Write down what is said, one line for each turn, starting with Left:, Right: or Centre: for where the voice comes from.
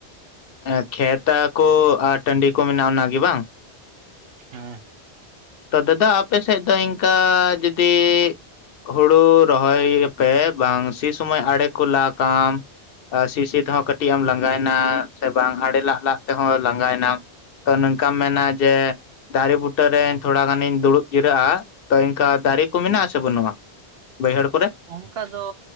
Left: ᱮ ᱠᱷᱮᱛᱟ ᱠᱚ ᱟᱨ ᱴᱟᱺᱰᱤ ᱠᱚ ᱢᱮᱱᱟᱜᱼᱟ ᱚᱱᱟᱜᱤ ᱵᱟᱝ
Right: ᱦᱮᱸ
Left: ᱛᱚ ᱫᱟᱫᱟ ᱟᱯᱮ ᱥᱮᱫ ᱫᱚ ᱤᱱᱠᱟ ᱡᱩᱫᱤ ᱦᱩᱲᱩ ᱨᱚᱦᱚᱭ ᱟᱯᱮ ᱵᱟᱝ ᱥᱤ ᱥᱚᱢᱚᱭ ᱟᱲᱮ ᱠᱚ ᱞᱟᱜᱟᱢ᱾ ᱟ ᱥᱤ ᱥᱤ ᱛᱮᱦᱚᱸ ᱠᱟᱹᱴᱤᱡ ᱮᱢ ᱞᱟᱸᱜᱟᱭᱱᱟ ᱥᱮ ᱵᱟᱝ ᱟᱲᱮ ᱞᱟᱜ ᱞᱟᱜ ᱛᱮᱦᱚᱸ ᱞᱟᱸᱜᱟᱭᱱᱟᱢ ᱛᱚ ᱱᱚᱝᱠᱟᱢ ᱢᱮᱱᱟ ᱡᱮ ᱫᱟᱨᱮ ᱵᱩᱴᱟᱹᱨᱮ ᱛᱷᱚᱲᱟ ᱜᱟᱱᱤᱧ ᱫᱩᱲᱩᱵ ᱡᱤᱨᱟᱹᱜᱼᱟ ᱛᱚ ᱤᱱᱠᱟ ᱫᱟᱨᱮ ᱠᱚ ᱢᱮᱱᱟᱜ
Right: ᱦᱮᱸ
Left: ᱟᱥᱮ ᱵᱟᱹᱱᱩᱜᱼᱟ ᱵᱟᱹᱭᱦᱟᱹᱲ ᱠᱚᱨᱮ
Right: ᱚᱱᱠᱟ ᱫᱚ